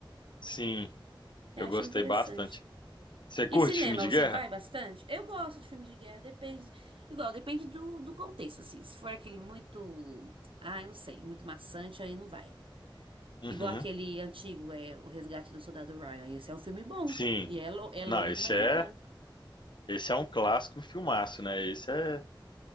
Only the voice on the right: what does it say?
Eu
achei
interessante.
E
cinema,
você
vai bastante? Eu gosto de filme de guerra, depende. Igual, depende do, do contexto, assim. Se for aquele muito. ah não sei, muito maçante, aí não vai.
Igual aquele antigo, é O Resgate do Soldado Ryan. Esse é um filme bom.
E é, lo- é longo,
mas
é bom.